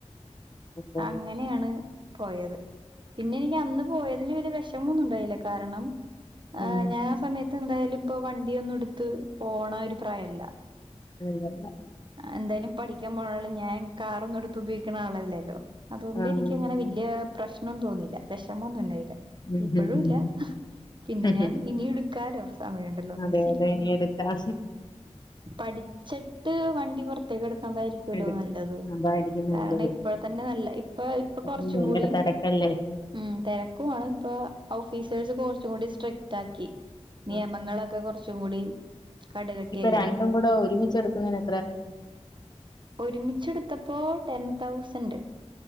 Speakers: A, on the left (about 40°); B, on the right (about 45°).
A: ഉം.
B: അങ്ങനെയാണ് പോയത് പിന്നെ എനിക്ക് അന്ന് പോയതില് വലിയ വിഷമൊന്നും ഉണ്ടായില്ല കാരണം
A: ഉം.
B: ആഹ് ഞാൻ ആ സമയത്ത് എന്തായാലും ഇപ്പൊ വണ്ടിയൊന്നും എടുത്ത് പോണ ഒരു പ്രായല്ല
A: അ <unintelligible>
B: എന്തായാലും പഠിക്കാൻ പോണല്ലോ ഞാൻ കാറൊന്നും എടുത്ത് ഉപയോഗിക്കുന്ന ആളല്ലല്ലോ അതുകൊണ്ട്
A: ആ,
B: എനിക്ക്
A: ഉം.
B: അങ്ങനെ വലിയ പ്രശ്ന തോന്നില്ല വിഷമൊന്നുംണ്ടായില്ല
A: ഉം.
B: ഇപ്പഴും
A: ഉം. ഉം.
B: ഇല്ല പിന്നെ ഞാൻ
A: ഉം.
B: ഇനിയും ഇടുക്കാലോ സമയമുണ്ടല്ലോ എന്ന്
A: അതെ
B: വെച്ചിരിക്കുന്നു
A: അതെ ഇനി എടുക്കാം
B: പഠിച്ച് വണ്ടി പുറത്തേക്ക് എടുക്കാതായിരിക്കുല്ലോ
A: എടുക്കും
B: നല്ലത്
A: അതായിരിക്കും നല്ലത്
B: കാരണം ഇപ്പോഴ തന്നെ നല്ല ഇപ്പ ഇപ്പൊ
A: അപ്പം
B: കുറച്ചും
A: ഭയങ്കര
B: കൂടി
A: തിരക്കല്ലേ
B: ഉം തിരക്കുമാണ് ഇപ്പൊ ഓഫീസേഴസ് കുറച്ച് കൂടി സ്റ്റിക്ക്ട്ട് ആക്കി നിയമങ്ങളൊക്കെ
A: ആ.
B: കുറച്ചും കൂടി കടുകട്ടിയല്ലേ
A: ഇപ്പൊ രണ്ടും കൂടെ ഒരുമിച്ച എടുക്കുന്നതിന
B: ഒരുമിച്ചെടുത്തപ്പോ ടെൻ തൗസൻറ്്